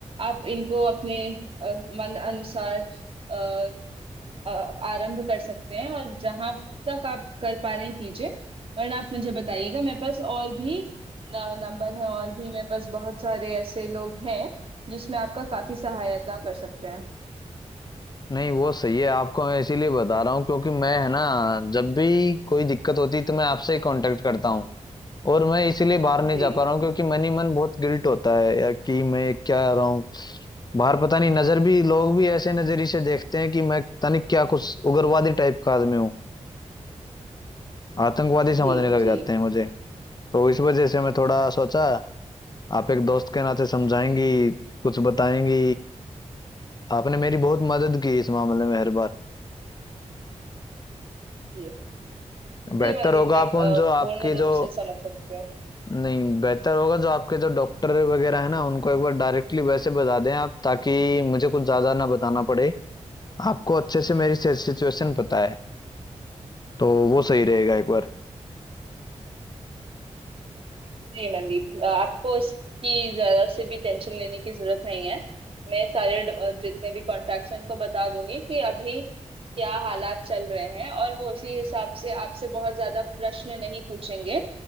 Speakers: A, on the right; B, on the left.
A: आप इनको अपने अ, मन अनुसार अ, अ, आरंभ कर सकते हैं और जहां तक आप कर पा रहे हैं कीजिए वरना आप मुझे बताइएगा मेरे पास और भी नंबर है और भी मेरे पास बहुत सारे ऐसे लोग हैं जिसमें आपका काफी सहायता कर सकते हैं
B: नहीं वो सही है आपको मैं इसीलिए बता रहा हूँ क्योंकि मैं है ना जब भी कोई दिक्कत होती है तो मैं आपसे ही कांटेक्ट करता हूँ और मैं इसीलिए बाहर नहीं
A: जी
B: जा पा
A: जी
B: रहा हूँ क्योंकि मन ही मन बहुत गिल्ट होता है या कि मैं क्या रहा हूँ बाहर पता नहीं नजर भी लोग भी ऐसे नजरिए से देखते हैं कि मैं पता नहीं क्या कुछ उग्रवादी टाइप का आदमी हूँ आतंकवादी समझने
A: जी
B: लग
A: जी
B: जाते हैं मुझे तो इस वजह से मैं थोड़ा सोचा आप एक दोस्त के नाते समझाएंगी कुछ बताएंगी आपने मेरी बहुत मदद की इस मामले में हर बार
A: जी जी
B: बेहतर
A: मंदीप
B: होगा
A: मैं अ,
B: आप उन जो आपके
A: पूर्ण रूप
B: जो
A: से समझ सकती हूँ
B: नहीं बेहतर होगा जो आपके जो डॉक्टर वगैरह है ना उनको एक बार डायरेक्टली वैसे बता दें आप ताकि मुझे कुछ ज्यादा ना बताना पड़े आपको अच्छे से मेरी सिचुएशन पता है तो वो सही रहेगा एक बार
A: जी मनदीप अ, आपको इसकी जरा से भी टेंशन लेने की जरूरत नहीं है मैं सारे ड- अ, जितने भी कॉन्टैक्ट्स हैं उनको बता दूंगी कि अभी क्या हालात चल रहे हैं और वो उसी हिसाब से आपसे बहुत ज्यादा प्रश्न नहीं पूछेंगे